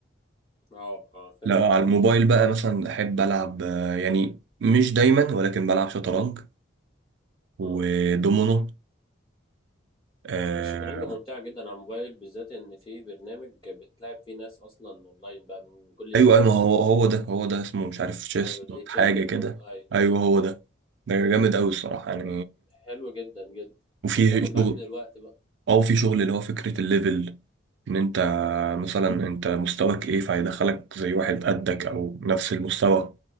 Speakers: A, on the left; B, on the right.
A: اه اه فهمت
B: لا على الموبايل بقى مثلا احب العب آه، يعني مش دايما ولكن بلعب شطرنج ودومينو
A: مم.
B: آه
A: الشطرنج ممتعة جدا على الموبايل بالذات ان في برنامج بتلعب فيه ناس اصلا اونلاين بقى من كل البلاد
B: ايوه ايوه ما
A: عموما
B: هو هو ده هو ده اسمه مش عارف تشيس
A: ايوه اللي
B: دوت
A: تشيز
B: حاجة
A: دوت
B: كده
A: كوم ايوه
B: ايوه هو ده ده جامد قوي الصراحة يعني
A: حلو جدا جدا
B: وفي
A: وبتاخد
B: شغل
A: معاك من الوقت بقى
B: او في شغل اللي هو فكرة الليفل ان انت مثلا انت مستواك ايه فهيدخلك زي واحد قدك او نفس المستوى